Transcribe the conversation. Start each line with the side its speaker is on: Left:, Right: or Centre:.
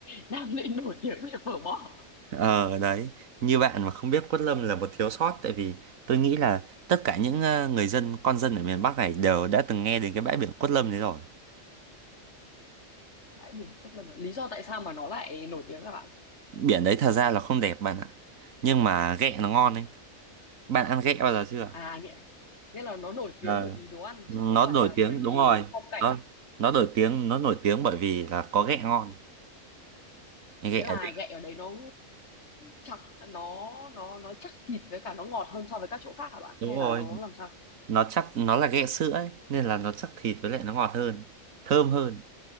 Left: <laughs> Nam Định nổi tiếng về phở bò
Right: Ờ đấy, như bạn mà không biết quất lâm là một thiếu sót tại vì tôi nghĩ là tất cả những ờ, người dân con dân ở miền Bắc này đều đã từng nghe đến cái bãi biển quất lâm đấy rồi.
Left: bãi biển Quất Lâm à? lý do tại sao mà nó lại nổi tiếng là bạn
Right: Biển đấy thật ra là không đẹp bạn ạ. Nhưng mà ghẹ nó ngon ấy. Bạn ăn ghẹ bao giờ chưa?
Left: à nghĩa nghĩa là nó nổi tiếng
Right: Ờ,
Left: bởi vì đồ ăn
Right: nó
Left: chứ không phải
Right: nổi
Left: là
Right: tiếng
Left: bởi vì
Right: đúng rồi.
Left: phong cảnh
Right: Nó nó nổi tiếng nó nổi tiếng bởi vì là có ghẹ ngon. Cái
Left: nghĩa
Right: Ghẹ
Left: là
Right: đấy
Left: gậy ở đấy nó chắc nó nó nó chắc thịt với cả nó ngọt hơn so với các chỗ khác hả bạn
Right: đúng
Left: hay
Right: rồi.
Left: là nó làm sao
Right: Nó chắc nó là ghẹ sữa ấy nên là nó chắc thịt với lại nó ngọt hơn, thơm hơn.